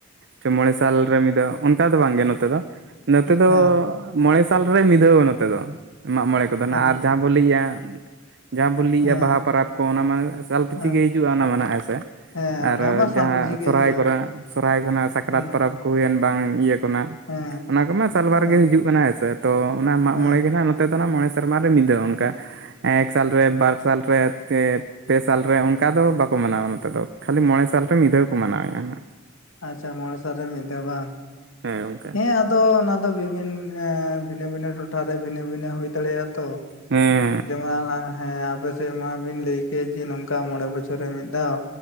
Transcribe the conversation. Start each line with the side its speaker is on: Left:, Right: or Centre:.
Right: ᱦᱮᱸ ᱢᱚᱬᱮ ᱥᱟᱞ ᱨᱮ ᱢᱤᱫ ᱫᱷᱟᱣ ᱚᱱᱠᱟ ᱫᱚ ᱵᱟᱝᱜᱮ ᱱᱚᱛᱮ ᱫᱚ ᱱᱚᱛᱮ ᱫᱚ
Left: ᱦᱮᱸ
Right: ᱢᱚᱬᱮ ᱥᱟᱞᱨᱮ ᱢᱤᱫ ᱫᱟᱹᱣᱟ ᱱᱚᱛᱮ ᱫᱚ ᱢᱟᱜ ᱢᱚᱬᱮ ᱠᱚᱫᱚ ᱦᱟᱸᱜ ᱟᱨ
Left: ᱟᱫᱚ
Right: ᱡᱟᱦᱟᱸ ᱵᱚᱱ ᱞᱟᱹᱭᱮᱭᱼᱟ᱾ ᱡᱟᱦᱟᱸ ᱵᱚᱱ ᱞᱟᱹᱭᱮᱫᱼᱟ
Left: ᱦᱮᱸ
Right: ᱵᱟᱦᱟ ᱯᱚᱨᱚᱵᱽ ᱠᱚ ᱚᱱᱟ ᱢᱟᱱᱮ ᱮᱞ ᱯᱤᱪᱷᱤ
Left: ᱦᱮᱸ
Right: ᱜᱮ ᱦᱤᱡᱩᱜᱼᱟ ᱚᱱᱟ ᱢᱟ ᱦᱮᱸ ᱥᱮ
Left: ᱦᱮᱸ ᱚᱱᱟ
Right: ᱟᱨᱚ
Left: ᱢᱟ ᱥᱟᱞ
Right: ᱡᱟᱦᱟᱸ
Left: ᱯᱤᱪᱷᱤ ᱜᱮ
Right: ᱥᱚᱨᱦᱟᱭ
Left: ᱦᱤᱡᱩᱜᱼᱟ
Right: ᱠᱚᱨᱮ ᱥᱚᱨᱦᱟᱭ ᱠᱚᱨᱮᱱᱟᱜ ᱥᱟᱠᱨᱟᱛ
Left: ᱦᱩᱸ
Right: ᱯᱚᱨᱚᱵᱽᱼᱼ ᱦᱩᱭᱮᱱ ᱵᱟᱝ ᱤᱭᱟᱹ ᱠᱚᱱᱟᱜ
Left: ᱦᱮᱸ
Right: ᱚᱱᱟ ᱠᱚᱢᱟ ᱥᱟᱞᱵᱟᱨ
Left: ᱦᱮᱸ
Right: ᱜᱮ ᱦᱤᱡᱩᱜ ᱠᱟᱱᱟ ᱦᱮᱸᱥᱮ ᱛᱚ ᱚᱱᱟ ᱢᱟᱜᱽ
Left: ᱦᱮᱸ
Right: ᱢᱚᱬᱮ ᱜᱮ ᱱᱟᱼᱼ ᱱᱚᱛᱮ ᱫᱚ ᱢᱚᱬᱮ ᱥᱮᱨᱢᱟ ᱨᱮ ᱢᱤ ᱫᱷᱟᱣ ᱚᱱᱠᱟ ᱮᱠ ᱥᱟᱞ ᱨᱮ ᱵᱟᱨ ᱥᱟᱞ ᱨᱮᱼᱼ ᱯᱮ ᱥᱟᱞᱨᱮ ᱚᱱᱠᱟ ᱫᱚ ᱵᱟᱠᱚ ᱢᱟᱱᱟᱣᱟ ᱱᱚᱛᱮ ᱫᱚ ᱠᱷᱟᱹᱞᱤ ᱢᱚᱬᱮ ᱥᱟᱞᱨᱮ ᱢᱤᱫ ᱫᱷᱟᱹᱣ ᱠᱚ ᱢᱟᱱᱟᱣᱮᱜᱼᱟ ᱦᱟᱸᱜ,
Left: ᱟᱪᱪᱷᱟ ᱢᱚᱬᱮ ᱥᱟᱞ ᱨᱮ ᱢᱤᱫ ᱫᱷᱟᱣ ᱵᱟᱝ
Right: ᱦᱮᱸ ᱜᱚᱝᱠᱮ
Left: ᱦᱮᱸ ᱫᱚ ᱚᱱᱟ ᱫᱚ ᱵᱤᱵᱷᱤᱱ ᱵᱷᱤᱱᱟᱹ ᱵᱷᱤᱱᱟᱹ ᱴᱚᱴᱷᱟᱨᱮ ᱵᱷᱤᱱᱟᱹ ᱵᱷᱤᱱᱟᱹ ᱦᱩᱭ ᱫᱟᱲᱮᱭᱟᱜᱼᱟ ᱛᱚ᱾
Right: ᱦᱮᱸᱻ
Left: ᱡᱮᱢᱚᱱ ᱦᱮᱸ ᱟᱯᱮ ᱥᱮᱫ ᱢᱟᱵᱤᱱ ᱞᱟᱹᱭ ᱠᱮᱜ ᱡᱮ ᱱᱚᱝᱠᱟ ᱢᱚᱬᱮ ᱵᱚᱪᱷᱚᱨ ᱨᱮ ᱢᱤᱫ ᱫᱷᱟᱣ᱾